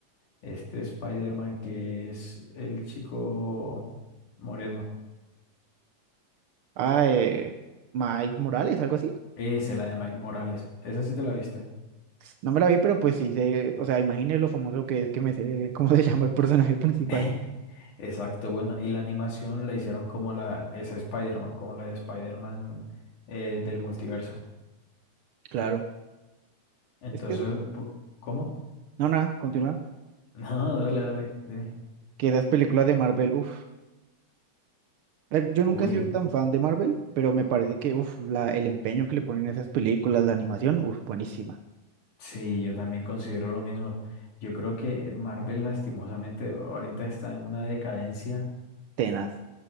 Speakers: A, on the left; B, on the right.
A: este Spider-Man que es el chico moreno.
B: Ah, eh, Mike Morales, algo así.
A: Ese, la de Mike Morales. Esa sí te la viste.
B: No me la vi, pero pues sí sé, o sea, imagínese lo famoso que es que me sé <laughs> cómo se llama el personaje principal.
A: <laughs> Exacto, bueno, y la animación la hicieron como la, esa Spider-Man, como la de Spider-Man eh, del multiverso.
B: Claro.
A: Entonces,
B: Es que, es-
A: pu- ¿cómo? <laughs>
B: no, nada, continúa.
A: No, dale, dale, dime.
B: Que esas películas de Marvel, uff. Yo
A: Uy.
B: nunca he sido tan fan de Marvel, pero me parece que, uff, la, el empeño que le ponen a esas películas, la animación, uff, buenísima.
A: Sí, yo también considero lo mismo. Yo creo que Marvel lastimosamente ahorita está en una decadencia
B: Tenaz.